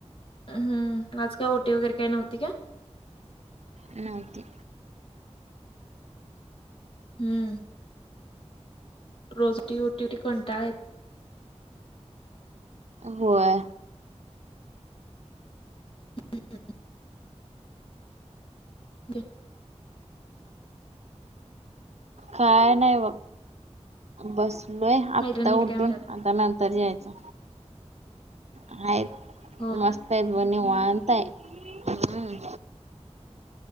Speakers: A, on the left (about 50°); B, on the right (about 70°).
A: हम्, आज का ओटी वगैरे काही नव्हती का?
B: नव्हती.
A: हम्म! रोज ती ओटी कंटाळ येतो
B: होय.
A: हम्.. <unintelligible>
B: काय नाही ब बस लोय
A: माहित
B: आत्ता
A: नाही
B: उठून,
A: काय म्हणतात
B: आता नंतर यायचं आहेत
A: हो
B: मस्त आहेत, बघ निवांत आहेत हम्...